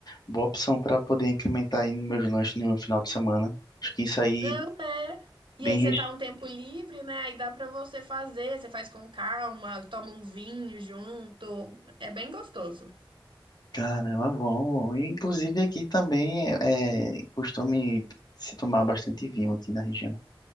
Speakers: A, on the left; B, on the right.
A: boa opção para poder incrementar aí nos meus lanches no final de semana. Acho que isso aí
B: Não é. E
A: bem
B: aí
A: recheado.
B: você tá um tempo livre, né? Aí dá pra você fazer, você faz com calma, toma um vinho junto. É bem gostoso.
A: Caramba, bom. E, Inclusive aqui também é é costume se tomar bastante vinho aqui na região